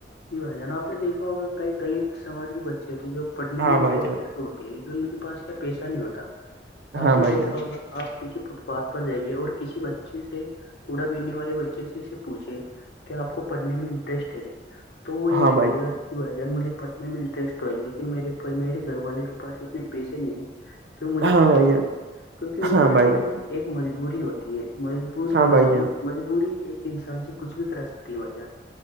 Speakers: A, on the left; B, on the right.
A: جی بھائی جان آپ نے دیکھا ہوگا کئی دلت سمج کے بچے ہو تھے جو پڑھنے
B: ہاں
A: میں انٹرسٹیڈ
B: بھائی جان
A: تو ہوتے ہیں لیکن ان کے پاس کیا پیسہ نہیں ہوتا
B: ہاں
A: آپ نے
B: بھائی
A: دیکھا
B: جان
A: ہوگا آپ کسی فٹ پاتھ پر جائیے اور کسی بچے سے کوڑا بلنے والے بچے سے اس سے پوچھے کہ آپ کو پڑھنے میں انٹرسٹ ہے دے تو وہ یہ
B: ہاں
A: بولے
B: بھائی
A: گا کہ بھائی جان مجھے پڑھنے میں انٹرسٹ ہے لیکن میرے میرے گھر والے کے پیسے اتنے پیسے نہیں ہیں کی مجھے
B: ہاں
A: پڑھا
B: بھائی
A: سک
B: جان
A: کیونکہ ان
B: ہاں
A: کا
B: بھائی
A: کیا
B: جان
A: ہے ایک مزدوری ہوتی ہے مجبور
B: ہاں
A: مزدور
B: بھائی جان
A: مجبوری ایک انسان سے کچھ بھی کرا سکتی ہے بازار